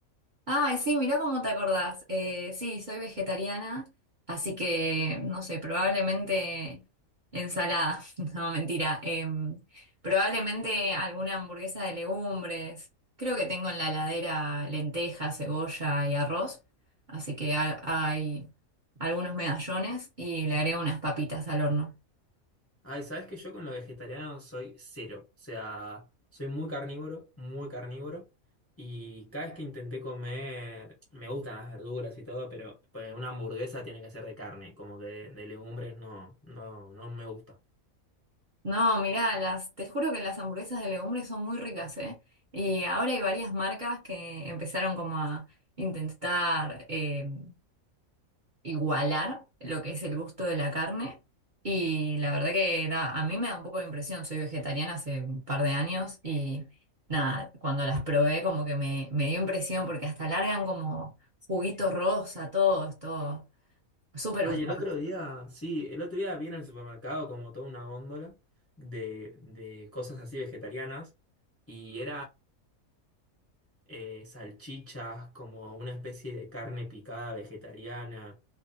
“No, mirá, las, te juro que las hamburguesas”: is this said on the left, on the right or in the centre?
Right